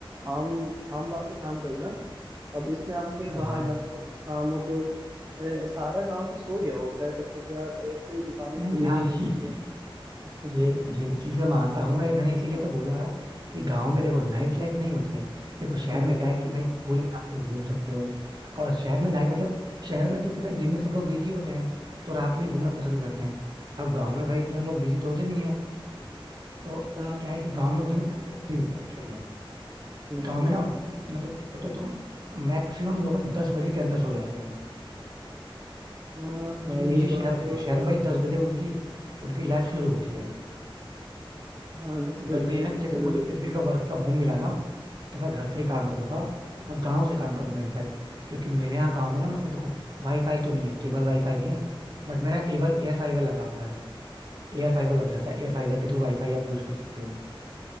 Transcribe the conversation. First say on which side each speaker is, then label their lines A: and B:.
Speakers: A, on the right; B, on the right.
A: आम आम बात है काम करना अब इसमें आपको कहीं
B: हाँ
A: बाहर
B: हाँ
A: जाना हो कुछ काम हो तो अ, सारा गांव तो सो गया होता है तब तक यार अ, कोई दुकानें
B: नहीं
A: खुली
B: नहीं हाँ
A: नहीं
B: <laughs>
A: होती
B: ये
A: है <laughs>
B: ये ये चीज मैं मानता हूँ मैं मैंने इसीलिए
A: हाँ
B: तो बोला
A: हाँ
B: कि गांव में देखो नाइट लाइफ नहीं होती है देखो शहर
A: हाँ
B: में क्या है कि भाई पूरी रात तुम घूम सकते हो और शहर में नाइट मतलब शहर में क्योंकि भाई दिन में सब लोग बिजी होते हैं तो रात में ही घूमना पसंद करते हैं अब गांव में भाई इतना लोग बिजी तो होते नहीं है तो
A: हाँ
B: क्या है कि
A: हाँ
B: गांव में उस
A: हाँ
B: दिन नाइट लाइफ नहीं होती एक्चुअल में
A: हम्म,
B: गाँव
A: हम्म।
B: में ना मतलब देखो तो तुम मैक्सिमम लोग ना दस बजे के अंदर सो जाते हैं
A: हाँ हाँ
B: लेकिन
A: ये
B: ये चीज
A: बात
B: शहर में
A: तो
B: नहीं है
A: है
B: शहर में भाई दस बजे उनकी उनकी लाइफ शुरू होती है
A: हाँ दस
B: बट
A: बजे
B: भैया
A: तो
B: ना
A: शुरू
B: कि जैसे मुझे
A: होती
B: फिर भी
A: है
B: अगर वर्क फ्रॉम होम मिला ना तो मैं घर से
A: हाँ
B: ही काम
A: हाँ
B: करूंगा और गांव से काम करूंगा इनफैक्ट क्योंकि मेरे यहाँ गांव में ना मतलब देखो वाईफाई तो नहीं है केबल वाईफाई नहीं है बट मेरा एवर एयर फाइबर लगा हुआ है एयर फाइबर लग जाता है एयर फाइबर के थ्रू वाईफाई आप यूज कर सकते हो